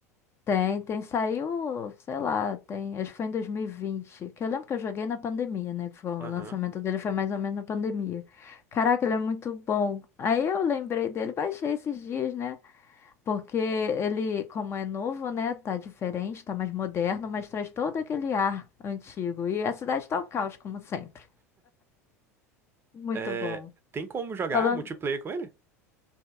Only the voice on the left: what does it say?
Tem, tem, saiu, sei lá, tem, acho que foi em 2020, que eu lembro que eu joguei na pandemia, né, que foi, o
lançamento dele foi mais ou menos na pandemia. Caraca, ele é muito bom. Aí eu lembrei dele, baixei esses dias, né, porque ele, como é novo, né, tá diferente, tá mais moderno, mas traz todo aquele ar antigo. E a cidade tá o caos, como sempre. Muito
bom.
Falando,